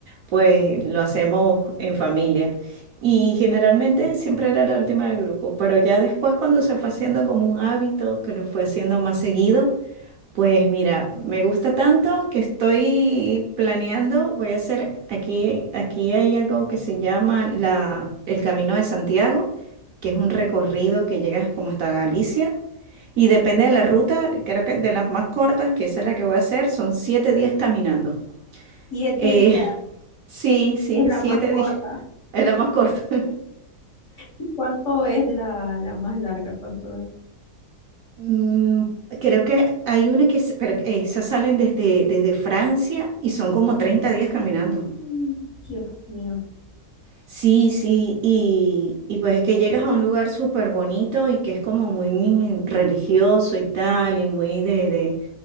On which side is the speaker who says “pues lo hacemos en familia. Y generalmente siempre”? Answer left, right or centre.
Right